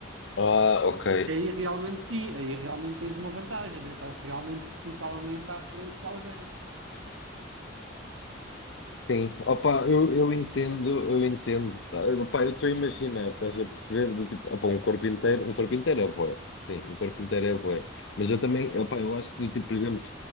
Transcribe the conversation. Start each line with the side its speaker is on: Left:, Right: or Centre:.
Left: Ah, ok.
Right: E aí realmente sim, aí realmente tens uma vantagem, né? Estás realmente totalmente à frente de alguém.
Left: Sim, opa, eu, eu entendo, eu entendo. tá? Opa, eu estou a imaginar, estás a perceber, do tipo, opa, um corpo inteiro, um corpo inteiro é bué, sim, um corpo inteiro é bué. Mas eu também, opa, eu acho que do tipo, por exemplo,